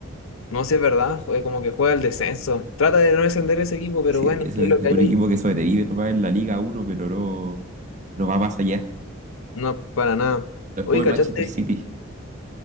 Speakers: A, on the left; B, on the right.
A: No sé, es verdad, jue- como que juega el descenso. Trata de no descender ese equipo, pero
B: Sí,
A: bueno,
B: eso
A: es
B: es
A: lo
B: un
A: que hay
B: equipo
A: ahí.
B: que sobrevive nomás en la Liga uno pero no, no va más allá.
A: No, para nada.
B: No es
A: Oye,
B: como el
A: ¿cachaste?
B: Manchester City.